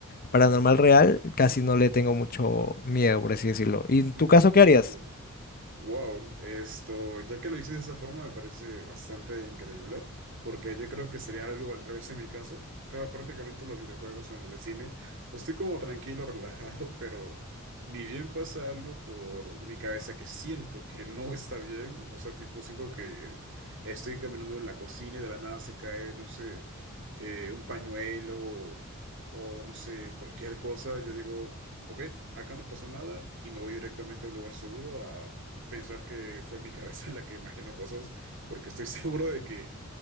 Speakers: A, on the left (about 45°); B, on the right (about 60°).
A: paranormal real casi no le tengo mucho miedo, por así decirlo. ¿Y en tu
B: Interesante.
A: caso qué harías?
B: Wow, esto, ya que lo dices de esa forma, me parece bastante increíble, porque yo creo que sería algo al revés en mi caso. Cada- Prácticamente los videojuegos o en el cine, estoy como tranquilo, <laughs> relajado, pero ni bien pasa algo por mi cabeza que siento que no está bien. O sea, tipo, siento que estoy caminando en la cocina y de la nada se cae, no sé, eh, un pañuelo o, o no sé, cualquier cosa. Yo digo. Ok, acá no pasó nada y me voy directamente a un lugar seguro pensar que fue mi cabeza <laughs> la que imaginó cosas, porque estoy <laughs> seguro de que